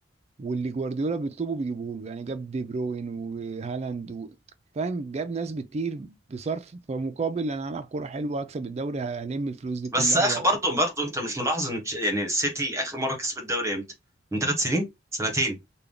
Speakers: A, on the right (about 35°); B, on the right (about 15°).
A: واللي جوارديولا بيطلبه بيجيبوه له يعني جاب دي بروين وهالاند و... فاهم جاب ناس بتطير بصرف فمقابل انا هلعب كوره حلوه هكسب الدوري هلم الفلوس دي كلها
B: بس اخر
A: و...
B: برضه برضه انت مش ملاحظ ان تش- يعني السيتي اخر مره كسب الدوري امتى من ثلاث سنين سنتين